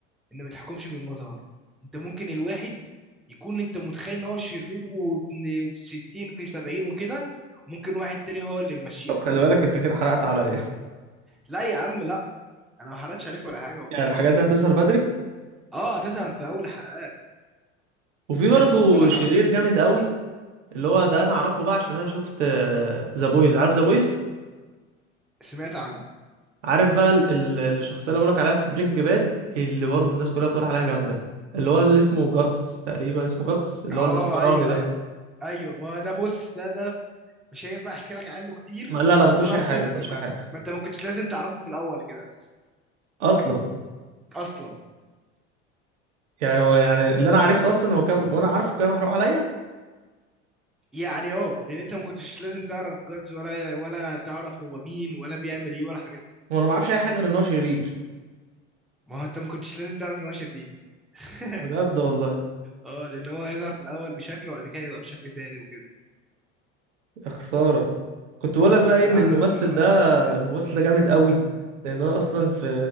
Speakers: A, in the centre; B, on the right.
A: ان ما تحكمش بالمظهر انت ممكن الواحد يكون انت متخيل ان هو شرير وابن 60 في 70 وكده ممكن واحد تاني هو اللي ممشيه
B: طب
A: اساسا
B: خلي بالك انت كده حرقت عليا <laughs>
A: لا يا عم لا انا ما حرقتش عليك ولا حاجه والله
B: يعني الحاجات دي هتظهر بدري
A: اه هتظهر في اول حلقات
B: وفي
A: انت
B: برضه
A: هتاخد بالك
B: شرير
A: على طول
B: جامد قوي اللي هو ده انا اعرفه بقى عشان انا شفت ذا بويز عارف ذا بويز
A: سمعت عنه
B: عارف بقى ال- ال- الشخصيه اللي بقولك عليها في برينج باد اللي برضه الناس كلها بتدور عليها جامده اللي هو اللي اسمه جاتس تقريبا اسمه جاتس اللي
A: اه
B: هو الاسمراني
A: ايوه
B: ده
A: ايوه ايوه ما ده بص ده ده مش هينفع احكي لك عنه كتير
B: ما- لا لا ما تقولش
A: ولا
B: اي
A: اصلا
B: حاجه ما
A: انت
B: تقولش
A: كنت
B: اي حاجه
A: ما انت ما كنتش لازم تعرفه في الاول كده اساسا
B: اصلا
A: اصلا
B: يعني هو يعني اللي انا عرفته اصلا هو كان وانا عارفه كان محروق عليا
A: يعني اه لان انت ما كنتش لازم تعرف جادز ولا ولا تعرف هو مين ولا بيعمل ايه ولا حاجات
B: وانا ما اعرفش اي حاجه غير ان هو شرير
A: ما هو انت ما كنتش لازم تعرف ان هو شرير <laughs>
B: بجد والله
A: اه لان هو هيظهر في الاول بشكل وبعد كده يبقى بشكل تاني وكده
B: يا خساره كنت بقول لك
A: انت
B: بقى
A: كده
B: ايه ان
A: ح-
B: الممثل
A: حرقت
B: ده
A: على نفسك
B: الممثل
A: حته
B: ده جامد قوي لان انا اصلا في